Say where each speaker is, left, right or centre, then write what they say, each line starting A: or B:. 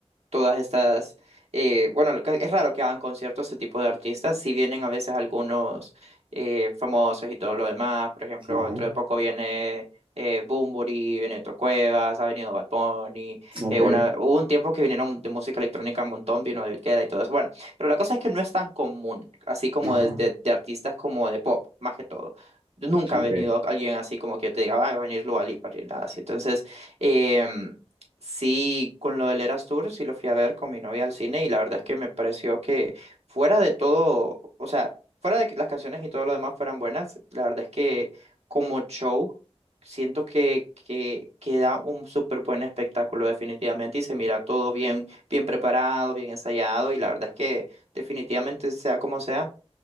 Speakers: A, on the right (about 70°); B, on the right (about 50°).
A: todas estas, eh, bueno, lo es raro que hagan conciertos este tipo de artistas, si vienen a veces algunos eh, famosos y todo lo demás, por ejemplo,
B: Ajá,
A: dentro de poco viene eh, Bunbury, Benito Cuevas, ha venido Bad Bunny,
B: ok,
A: eh, una, hubo un tiempo que vinieron de música electrónica un montón, vino de Queda y todo eso, bueno, pero la cosa es que no es tan común, así como
B: ajá,
A: de, de, de artistas como de pop, más que todo. Nunca
B: ok,
A: ha venido alguien así como que yo te diga, "Ah, va a venir Dua Lipa", ni nada así. Entonces, em, Sí, con lo del Eras Tour, sí lo fui a ver con mi novia al cine y la verdad es que me pareció que fuera de todo, o sea, fuera de que las canciones y todo lo demás fueran buenas, la verdad es que como show siento que, que, que da un súper buen espectáculo definitivamente y se mira todo bien, bien preparado, bien ensayado y la verdad es que definitivamente sea como sea